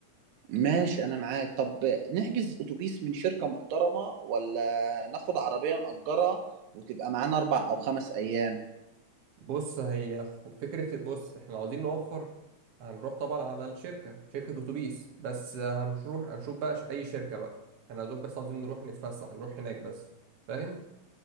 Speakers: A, on the right; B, on the right.
A: ماشي أنا معاك طب نحجز أتوبيس من شركة محترمة ولا ناخد عربية نأجرها وتبقى معانا أربع أو خمس أيام
B: بص هي خ- فكرة بص احنا عاوزين نوفر هنروح طبعا على الشركة شركة أتوبيس بس آه، هنروح هنشوف بقى ش- أي شركة بقى احنا يا دوب بس عاوزين نروح نتفسح نروح هناك بس فاهم